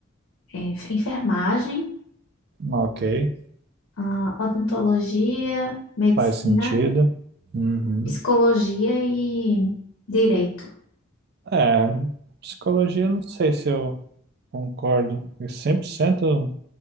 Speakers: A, on the left; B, on the right.
A: é, enf- enfermagem,
B: Ah, Ok.
A: ah, odontologia, medicina,
B: Faz sentido. Uhum.
A: psicologia e direito.
B: É, psicologia, não sei se eu concordo. Porque 100%,